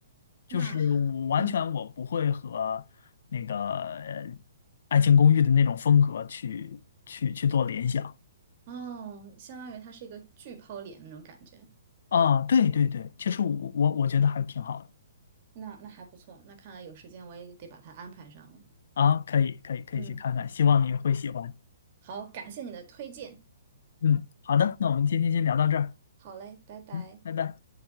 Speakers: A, on the left (about 65°); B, on the right (about 40°).
A: 就是我完全我不会和那个呃
B: 那还，嗯，
A: 爱情公寓》的那种风格去去去做联想。
B: 哦，相当于她是一个巨抛脸那种感觉。
A: 啊，对对对，其实我我我觉得还挺好的
B: 那那还不错，那看来有时间我也得把它安排上了。
A: 啊，可以可以可以去看看，
B: 嗯，
A: 希望你会喜欢。
B: 好，感谢你的推荐。
A: 嗯，好的，那我们今天先聊到这儿，
B: 好嘞，拜拜。
A: 嗯，拜拜。